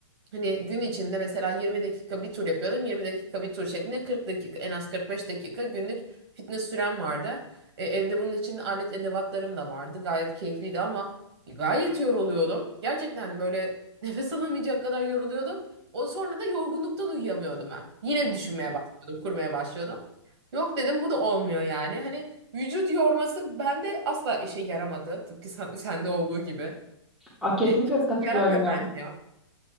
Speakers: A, on the right; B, in the centre.
A: Hani gün içinde mesela 20 dakika bir tur yapıyordum. 20 dakika bir tur şeklinde 40 dakika en az 45 dakika günlük fitness sürem vardı. E, evde bunun için alet edevatlarım da vardı. Gayet keyifliydi ama gayet yoruluyordum. Gerçekten böyle <laughs> nefes alamayacak kadar yoruluyordum. O sonra da yorgunluktan uyuyamıyordum ben. Yine düşünmeye başlıyordum, kurmaya başlıyordum. Yok dedim bu da olmuyor yani. Hani vücut yorması bende asla işe yaramadı. Tıpkı sen- sende olduğu gibi.
B: Aa, kesinlikle
A: E, kimse
B: katılıyorum
A: yaramıyor
B: ya.
A: bence ya.